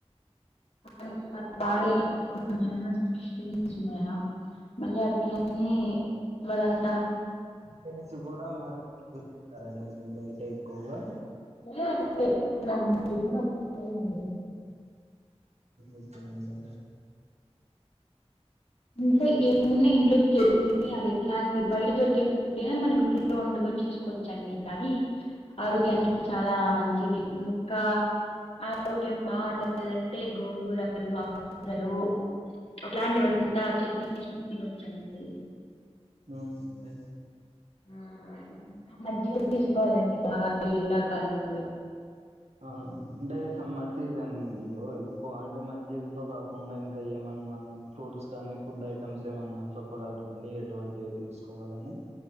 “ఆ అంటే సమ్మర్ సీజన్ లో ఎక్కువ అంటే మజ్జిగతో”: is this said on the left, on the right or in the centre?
Right